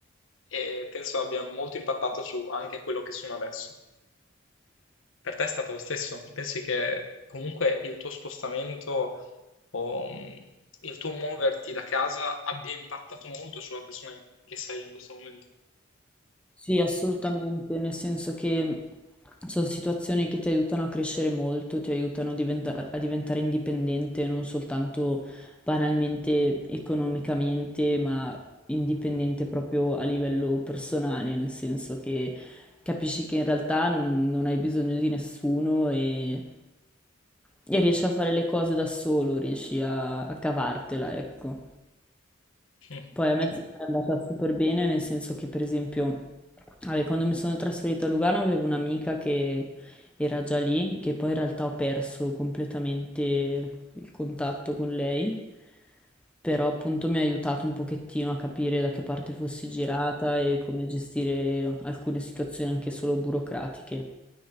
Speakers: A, on the left (about 80°); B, in the centre.
A: e penso abbia molto impattato su anche quello che sono adesso. Per te è stato lo stesso? Pensi che comunque il tuo spostamento o mh, il tuo muoverti da casa abbia impattato molto sulla persona che sei in questo momento?
B: Sì, assolutamente, nel senso che sono situazioni che ti aiutano a crescere molto, ti aiutano a diventare, a diventare indipendente, non soltanto banalmente economicamente, ma indipendente proprio a livello personale, nel senso che capisci che in realtà non, non hai bisogno di nessuno e, e riesci a fare le cose da solo, riesci a, a cavartela, ecco.
A: Mm.
B: Poi a me è sempre andata super bene, nel senso che, per esempio, vabbè, quando mi sono trasferita a Lugano avevo un'amica che era già lì, che poi in realtà ho perso completamente il contatto con lei, però appunto mi ha aiutato un pochettino a capire da che parte fossi girata e come gestire alcune situazioni anche solo burocratiche.